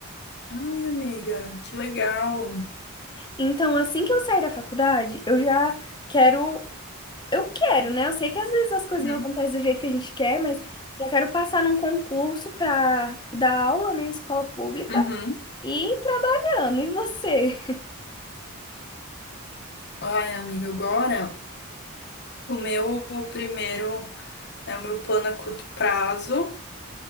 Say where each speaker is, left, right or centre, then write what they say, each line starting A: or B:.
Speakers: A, on the left; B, on the left.
A: Ai, amiga, que legal.
B: Então, assim que eu sair da faculdade, eu já quero, eu quero, né? Eu sei que às vezes as coisas
A: uhum,
B: não acontecem do jeito que a gente quer, mas eu quero passar num concurso pra dar aula, né, em escola pública
A: uhum.
B: e ir trabalhando. E você?
A: Ai, amiga, agora o meu primeiro é o meu plano a curto prazo.